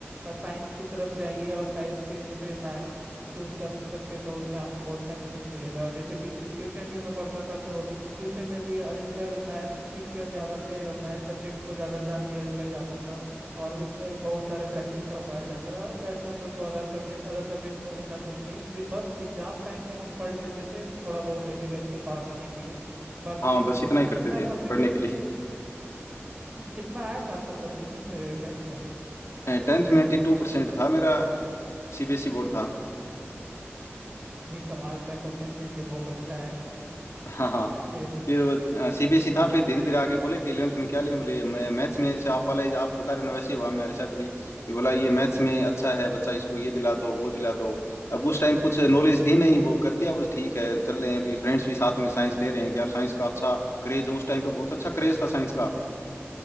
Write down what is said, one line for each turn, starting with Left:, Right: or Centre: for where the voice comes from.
Right: साइंस की तरफ जाइए और साइंस से जैसे मैथ्स चूज कर सकते तो उसमें आपको बहुत बेनिफिट मिलेगा और जैसे ट्यू, ट्यूशन भी मैं पढ़ता था तो ट्यूशन में भी अधिकतर मैथ्स टीचर ज़्यादा थे और मैथ्स सब्जेक्ट को ज़्यादा ध्यान दिया दिया जाता था और उसमें बहुत सारे प्रैक्टिस करवाया जाता रहा as compared to other subject Other subject में उतना कुछ नहीं ये बस एग्जाम टाइम में हम पढ़ लेते थे थोड़ा बहुत ऐसे करके पास होने के लिए बाकी
Left: हाँ बस इतना ही करते
Right: कितना
Left: थे
Right: परसेंटेज
Left: पढ़ने के लिए
Right: <laughs> कितना आया था आपका परसेंटेज टेंथ में
Left: टेंथ में एट्टी टू परसेंट था मेरा सीबीएसई बोर्ड था
Right: जी कमाल का परसेंटेज है, बहुत अच्छा है
Left: हाँ हाँ
Right: जी
Left: फिर वो सीबीएसई था फिर धीरे धीरे आगे बोले कि 11th में क्या लें बोले मैं मैथ्स में जैसे आप वाला आप बता रहे हो ना वैसे ही हुआ मेरे साथ भी ये बोला ये मैथ्स में अच्छा है बच्चा इसको ये दिला दो वो दिला दो अब उस टाइम कुछ नॉलेज थी नहीं वो कर दिया बस ठीक है चल रहे हैं अभी फ्रेंड्स भी साथ में साइंस ले रहे हैं कि यार साइंस का अच्छा क्रेज है उस टाइम पे बहुत अच्छा क्रेज था साइंस का